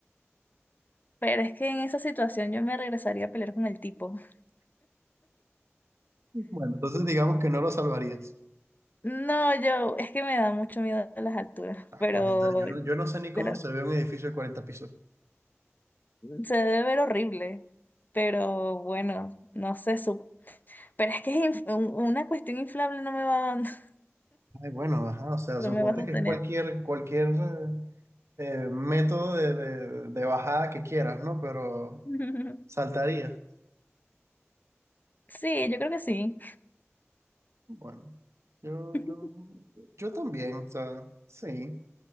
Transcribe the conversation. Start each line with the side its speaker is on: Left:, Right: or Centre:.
Left: Pero es que en esa situación yo me regresaría a pelear con el tipo. <laughs>
Right: Bueno, entonces digamos que no lo salvarías.
Left: No, yo, es que me da mucho miedo las alturas,
Right: Ah,
Left: pero,
Right: cuarenta yo no, yo no sé ni cómo
Left: pero
Right: se ve un edificio de 40 pisos.
Left: se debe ver horrible. Pero bueno, no sé, su- pero es que es inf- un- una cuestión inflable no me va, <laughs>
Right: Ay, bueno, ajá, o sea,
Left: no
Right: suponte
Left: me va a sostener.
Right: que es cualquier, cualquier eh, eh, método de, de- de bajada que quieras, ¿no? Pero
Left: <laughs>
Right: saltaría.
Left: Sí, yo creo que sí,
Right: Bueno, yo,
Left: <laughs>
Right: yo, yo también, o sea, sí.